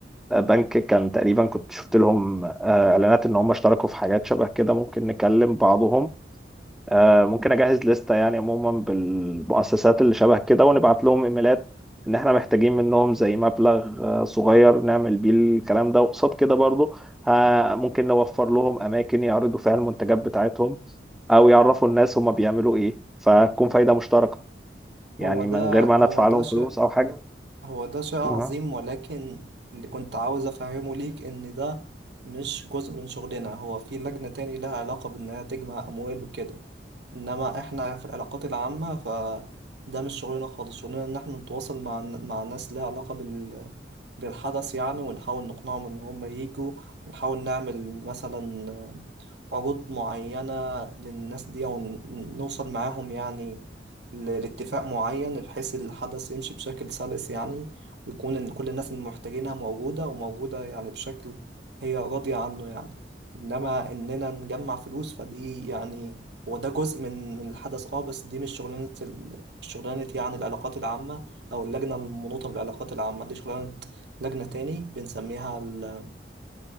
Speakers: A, in the centre; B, on the right.
A: بنك كان تقريبا كنت شفت لهم آه، اعلانات ان هم اشتركوا في حاجات شبه كده ممكن نكلم بعضهم آه، ممكن اجهز لستة يعني عموما بالمؤسسات اللي شبه كده ونبعت لهم ايميلات ان احنا محتاجين منهم زي مبلغ آه، صغير نعمل بيه الكلام ده وقصاد كده برضو ها ممكن نوفر لهم اماكن يعرضوا فيها المنتجات بتاعتهم او يعرفوا الناس هما بيعملوا ايه فتكون فايدة مشتركة يعني
B: هو
A: من
B: ده
A: غير ما انا
B: هو
A: ادفع
B: ده
A: لهم
B: شيء
A: فلوس او حاجة
B: هو ده شيء عظيم
A: اها
B: ولكن اللي كنت عاوز أفهمه ليك إن ده مش جزء من شغلنا هو في لجنة تاني لها علاقة بإنها تجمع أموال وكده انما احنا في العلاقات العامة فده مش شغلنا خالص شغلنا ان احنا نتواصل مع مع ناس ليها علاقة بال بالحدث يعني ونحاول نقنعهم ان هم ييجوا ونحاول نعمل مثلا عروض معينة للناس دي ونوصل معاهم يعني ل- لاتفاق معين بحيث الحدث يمشي بشكل سلس يعني ويكون إن كل الناس المحتاجينها موجودة وموجودة يعني بشكل هي راضية عنه يعني إنما إننا نجمع فلوس فدي يعني هو ده جزء من من الحدث اه بس دي مش شغلانة ال- شغلانة يعني العلاقات العامة أو اللجنة المنوطة بالعلاقات العامة دي شغلانة لجنة تاني بنسميها ال